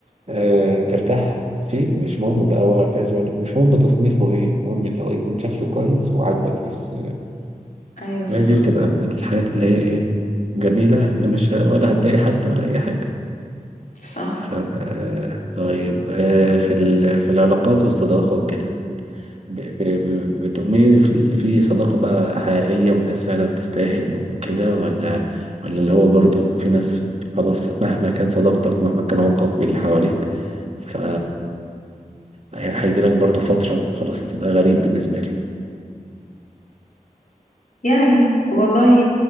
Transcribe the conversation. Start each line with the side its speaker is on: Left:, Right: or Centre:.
Right: آه ترتاح فين مش مهم بقى هو كاجوال مش مهم تصنيفه ايه المهم اللي هو يكون شكله كويس وعاجبك بس
Left: ايوه صح
Right: هي دي بتبقى من الحاجات اللي هي ايه جميله اللي مش ولا هتضايق حد ولا اي حاجه
Left: صح
Right: ف آه، طيب آه في ال... في العلاقات والصداقه وكده ب- ب- ب- بتؤمني في ال- في صداقة بقى حقيقية والناس فعلا تستاهل وكده ولا ولا اللي هو برضو في ناس خلاص مهما كان صداقتك مهما كان عمقك باللي حواليك ف هي- هيجيلك برضو فترة وخلاص هتبقى غريب بالنسبة لي
Left: يعني والله